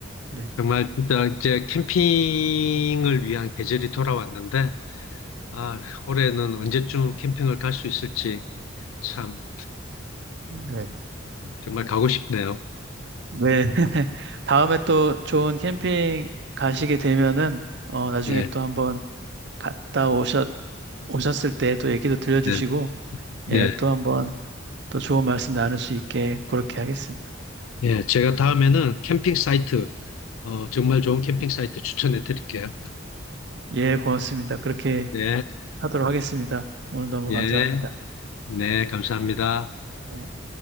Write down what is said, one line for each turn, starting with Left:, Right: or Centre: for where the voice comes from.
Right: 네.
Left: 정말 진짜 이제 캠핑을 위한 계절이 돌아왔는데, 아, 올해는 언제쯤 캠핑을 갈 수 있을지 참
Right: 네.
Left: 정말 가고 싶네요.
Right: 네. <laughs> 다음에 또 좋은 캠핑 가시게 되면은 어, 나중에
Left: 예,
Right: 또 한번 갔다 오셨 오셨을 때 또 얘기도 들려주시고
Left: 네,
Right: 예,
Left: 예,
Right: 또 한번 또 좋은 말씀 나눌 수 있게 그렇게 하겠습니다.
Left: 예. 제가 다음에는 캠핑 사이트, 어, 정말 좋은 캠핑 사이트 추천해 드릴게요.
Right: 예, 고맙습니다. 그렇게
Left: 네,
Right: 하도록 하겠습니다. 오늘 너무
Left: 예,
Right: 감사합니다.
Left: 네, 감사합니다.
Right: 예.